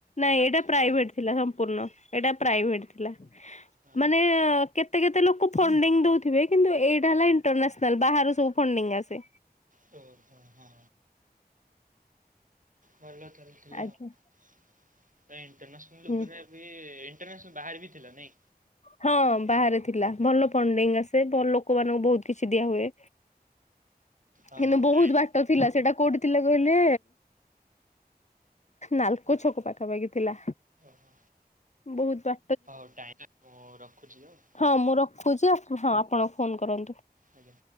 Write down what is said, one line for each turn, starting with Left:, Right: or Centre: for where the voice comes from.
Left: ନଁ
Right: ତାପରେ
Left: ଏଇଟା
Right: ଯାଇକି
Left: ପ୍ରାଇଭେଟ ଥିଲା ସମ୍ପୂର୍ଣ୍ଣ ଏଟା ପ୍ରାଇଭେଟ ଥିଲା
Right: ହଁ
Left: ମାନେ
Right: ହଁ
Left: କେତେ କେତେ ଲୋକ ଫଣ୍ଡିଙ୍ଗ ଦଉଥିବେ କିନ୍ତୁ ଏଇଟା ହେଲା ଇଣ୍ଟରନ୍ୟାସନାଲ ବାହାରୁ ସବୁ ଫଣ୍ଡି ଆସେ
Right: ହ ହଁ ବରଗତର ଥିଲା
Left: ଆଜ୍ଞା
Right: ଆଉ ଇଣ୍ଟରନ୍ୟାସନାଲ୍
Left: ହୁଁ।
Right: ଉପରେ ବି ଇଣ୍ଟରନ୍ୟାସନାଲ୍ ବାହାରେ ବି ଥିଲା ନାଇଁ?
Left: ହଁ ବାହାରେ ଥିଲା ଭଲ ଫଣ୍ଡିଙ୍ଗ ଆସେ ଲୋକମାନାନଙ୍କୁ ବହୁତ କିଛି ଦିଆ ହୁଏ
Right: ଓହୋ
Left: କିନ୍ତୁ
Right: ହଉ
Left: ବହୁତ
Right: ଟାଇମ୍
Left: ବାଟ ଥିଲା ସେଇଟା କୋଉଠି ଥିଲା କହିଲେ ନାଲକୋ ଛକ ପାଖାପାଖି ଥିଲା
Right: ଓହୋ
Left: ବହୁତ ବା
Right: ହଉ ଟାଇ ମୁଁ ରଖୁଛି ଆଉ
Left: ହଁ ମୁଁ ରଖୁଛି ହଁ ଆପଣଙ୍କୁ ଫୋନ କରନ୍ତୁ
Right: ଆଜ୍ଞା